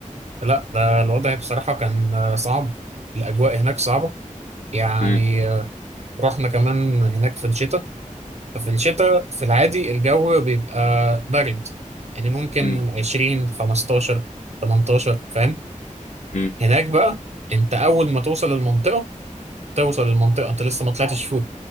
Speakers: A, on the right (about 55°); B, on the left (about 60°).
A: لا ده الوضع بصراحة كان آه، صعب الأجواء هناك صعبة يعني
B: مم.
A: آه، رحنا كمان هناك في الشتاء ففي الشتاء في العادي الجو بيبقى برد يعني ممكن
B: مم.
A: 20 15 18 فاهم
B: مم.
A: هناك بقى أنت أول ما توصل المنطقة توصل المنطقة أنت لسه ما طلعتش فوق